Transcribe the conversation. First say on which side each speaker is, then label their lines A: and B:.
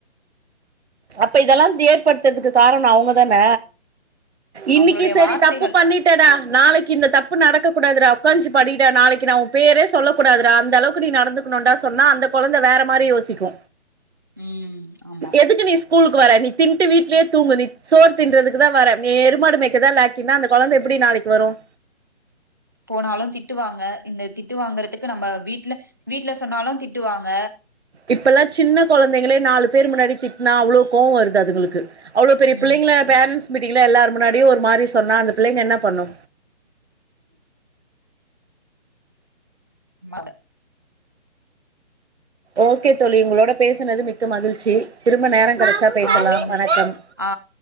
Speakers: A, on the right; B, on the right.
A: அப்ப இதெல்லா ஏற்படுத்துறதுக்கு காரணோ அவங்க தான இன்னைக்கி
B: அவங்களுடைய
A: சேரி
B: வார்த்தைகள்
A: தப்பு பண்ணி டா நாளைக்கு இந்த தப்பு நடக்கூடாது உக்காஞ்சி படி டா நாளைக்கு உ பேரே சொல்லக் கூடாது அந்த அளவுக்கு நீ நடந்து கொண்டா சொன்னா அந்த கொழந்த வேற மாரி யோசிக்கு
B: ம் ஆமா
A: எதுக்கு நீஸ் ஸ்கூலுக்கு வரே நீ தின்ட்டு வீட்லயே தூங்கு நீ சோர் தின்னறதுக்கு தா வர நீ எருமாடு மேய்க்க தா லாய்க் கினா அந்த கொழந்த எப்டி நாளைக்கு வரும்
B: போனாலு திட்டுவாங்க இந்த திட்டுவாங்கறதுக்கு நம்ம வீட்ல வீட்ல சொன்னாலு திட்டுவாங்க
A: இப்பெல்லா சின்ன குழந்தைங்களே நாலு பேர் முன்னாடி திட்டினா அவ்வளவு கோவோ வருது அதுங்களுக்கு அவ்ளோ பெரிய
B: ம்
A: பிள்ளங்கள பேரண்ட்ஸ் மீட்டீங்ள எல்லாரு முன்னாடியு ஒரு மாதிரி சொன்னா அந்த பிள்ளங்க என்ன பண்ணு
B: மாக
A: ஓகே தோழி உங்களோட பேசுனது மிக்க மகிழ்ச்சி திரும்ப நேரோ கெடச்சா பேசலா
B: ஆ தங்கச்சி
A: வணக்கம்
B: ஆ